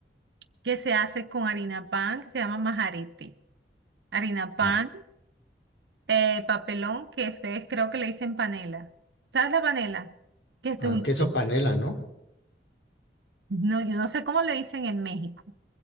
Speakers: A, on the right; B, on the left.
A: que se hace con harina pan, que se llama majarete. Harina pan.
B: la-
A: eh, papelón que ustedes creo que le dicen panela. ¿Sabes la panela? Que es
B: ah,
A: dulce.
B: queso panela, ¿no?
A: No, yo no sé cómo le dicen en México,